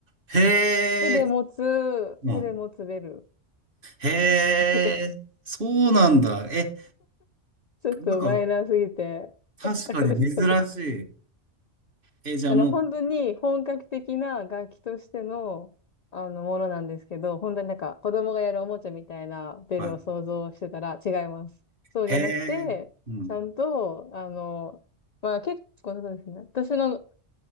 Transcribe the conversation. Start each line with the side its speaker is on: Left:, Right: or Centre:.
Right: へ
Left: 手で持つ、
Right: え、も
Left: 手で持つベル
Right: うん、へ
Left: です。
Right: え、そうなんだ。え、
Left: ちょっとマイナーすぎて、
Right: なんか、確かに珍しい。
Left: あれですよね。
Right: え、じゃあもう、
Left: あの、本当に本格的な楽器としての、あの、ものなんですけど、本当になんか子供がやるおもちゃみたいなベルを想像してたら違います。
Right: はい。
Left: そうじゃなくて、
Right: へえ。うん。
Left: ちゃんと、あの、まあ結構そうですね。私の